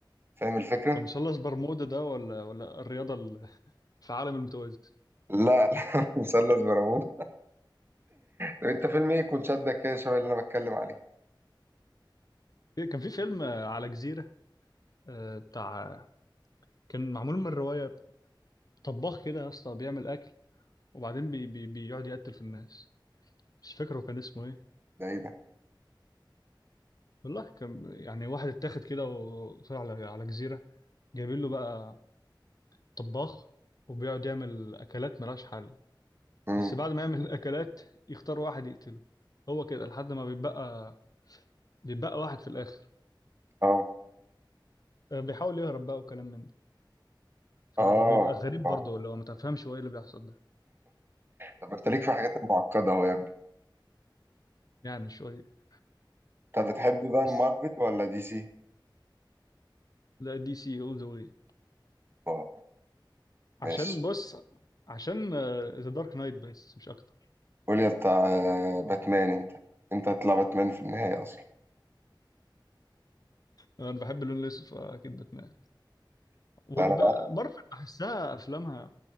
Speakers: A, on the right; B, on the left.
A: فاهم الفكرة؟
B: ده مثلث برمودا ده ولا ولا الرياضة ال- في عالم المتوازي
A: لا لا <laughs> مثلث برامون طب انت فيلم ايه يكون شدك كده شبه اللي انا بتكلم عليه
B: كان في فيلم آه، على جزيرة آه، بتاع كان معمول من الرواية طباخ كده يا اسطى بيعمل أكل وبعدين بي بي بيقعد يقتل في الناس مش فاكره كان اسمه إيه
A: ده ايه ده؟
B: والله كان يعني واحد اتاخد كده وطلع على على جزيرة جايبين له بقى طباخ وبيقعد يعمل أكلات ملهاش حل
A: امم
B: بس بعد ما يعمل <laughs> الأكلات يختار واحد يقتله هو كده لحد ما بيبقى بيبقى واحد في الآخر
A: اه
B: آه، بيحاول يهرب بقى وكلام من ده فبيبقى
A: اه
B: غريب
A: آه.
B: برضه لو ما تفهمش هو ايه اللي بيحصل ده
A: طب انت ليك في حاجات معقدة اهو يا ابني
B: يعني شوية
A: طب بتحب بقى المارفل
B: بس
A: ولا دي سي؟
B: لا دي سي all the way
A: اه
B: عشان
A: ماشي
B: بص عشان ذا دارك نايت بس مش اكتر
A: قول يا بتاع آه، باتمان انت انت هتطلع باتمان في النهاية اصلا
B: انا بحب اللون الاسود فاكيد باتمان ومارفل
A: لا انا بقى
B: بحسها افلامها